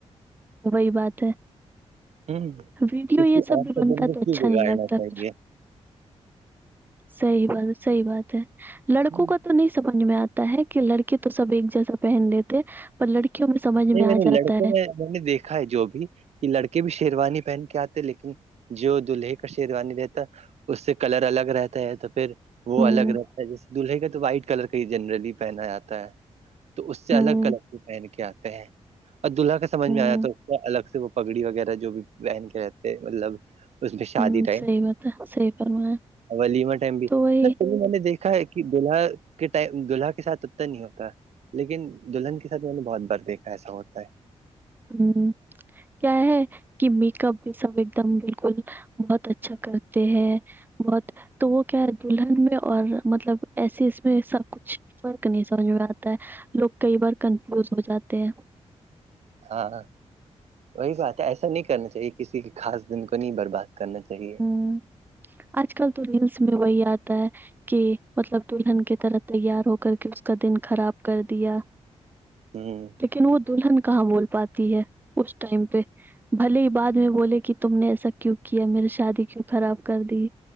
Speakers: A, on the right; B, on the right.
A: وہی بات ہے
B: ہوں
A: ویڈیو
B: کسی
A: یہ سب
B: اور
A: بھی
B: کا
A: بنتا
B: دن کو کیوں
A: تو اچھا
B: بگاڑنا
A: نہیں لگتا
B: چاہیے
A: پھر صحی بات صحی بات ہے لڑکوں
B: ہوں
A: کا تو تو نہیں سمجھ میں آتا ہے کہ لڑکی تو سب ایک جیسا پہن لیتے پر لڑکیوں میں سمجھ
B: نہیں
A: میں آ
B: نے
A: جاتا
B: لڑکوں
A: ہے
B: میں میں نے دیکھا ہے جو بھی کہ لڑکے بھی شیروانی پہن کے آتے لیکن جو دلہے کا شیروانی رہتا ہے اس سے کلر الگ رہتا ہے تو پھر وہ
A: ہوں،
B: الگ رہتا ہے جیسے دلہے کا تو وائٹ کلر کا ہی جنرلی پہنا جاتا ہے تو اس سے
A: ہوں،
B: الگ کلر کی پہن کے آتے ہیں اوربدلہ کا سمجھ
A: ہوں،
B: میں آیا تو اس الگ سے وہ پگڑی وغیرہ جو بھی بہن کے رہتے مطلب اس میں شادی
A: ہوں،
B: ٹائم
A: صحیح بات ہے، صحیح فرمایا۔
B: ولیمہ ٹائم بھی
A: تو وہی
B: س میں نے دیکھا ہے دلہا کے ٹم دلہا کے ساتھ اتنا نہیں ہوتا لیکن دلہن کے ساتھ میں نے بہت بر بےا ایسا ہوتا ہے
A: ہوں کیا ہے کہ میک اپ بھی سب ایک دم بالکل بہت اچھا کرتے ہیں بہت تو وہ کیا ہے دلہن میں اور مطلب ایسے اس میں سب کچھ فرق نہیں سمجھ میں آتا ہے لوگ کئی بار کنفیوز ہو جاتے ہیں
B: ہاںاں وہی بات ہے ایسا نہیں کرنا چاہیے کسی کے خاص دن کو نہیں برباد کرنا چاہیے
A: ہوں۔ آج کل تو ریلس میں وہی آتا ہے کہ مطلب دلہلہن کی طرح تیار ہو کر کے اس کا دن خراب کر دیا
B: ہوں
A: لیکن وہ دلہن کہاں بول پاتی ہے اس ٹائم پہ بھلے ہی بعد میں بولے کہ تم نے ایسا کیوں کیا میری شادی کیوں خراب کر دی